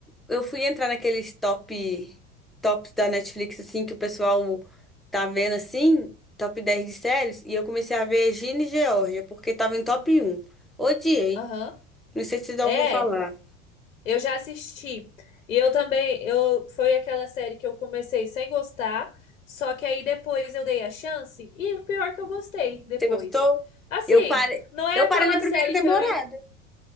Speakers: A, in the centre; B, on the left.
A: eu fui entrar naqueles top tops da Netflix assim que o pessoal tá vendo assim, top 10 de séries, e eu comecei a ver Gina e Georgia porque tava em top um Odiei.
B: Aham.
A: Não sei se você já
B: É,
A: ouviu falar.
B: eu já assisti. E eu também, eu foi aquela série que eu comecei sem gostar, só que aí depois eu dei a chance e o pior que eu gostei depois.
A: Você gostou?
B: Assim,
A: Eu parei,
B: não é
A: eu
B: aquela
A: parei na primeira
B: série
A: temporada.
B: que eu, in-